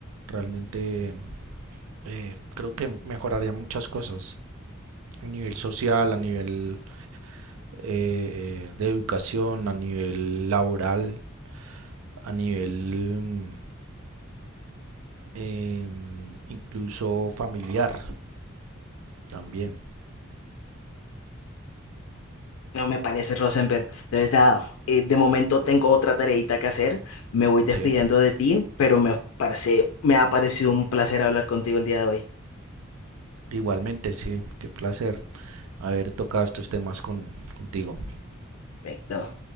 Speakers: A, on the right; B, on the left.
A: Realmente eh, creo que mejoraría muchas cosas. A nivel social, a nivel eh, eh, de educación, a nivel laboral, a nivel mm, em, incluso familiar también.
B: No me parece, Rosenberg. Entonces, nada, eh, de momento tengo otra tareita que hacer. Me voy despidiendo
A: Sí,
B: de ti, pero me parece, me ha parecido un placer hablar contigo el día de hoy.
A: igualmente, sí, qué placer haber tocado estos temas con, contigo.
B: Perfecto.